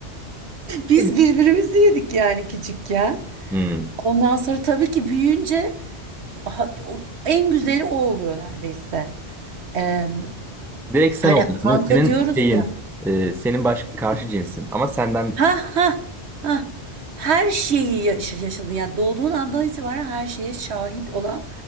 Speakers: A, on the right (about 65°); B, in the centre.
A: biz
B: evet.
A: birbirimizi yedik yani küçükken.
B: Hmm.
A: Ondan sonra tabii ki büyüyünce ha- o- en güzeli o oluyor neredeyse. Em,
B: Direkt sen
A: hani
B: oluyorsun
A: kanka
B: değil mi? Senin
A: diyoruz
B: şeyin,
A: ya.
B: e, senin baş karşı cinsin. Ama senden...
A: Ha ha ha. Her şeyi yaş- yaşadın. Yani doğduğun andan itibaren her şeye şahit olan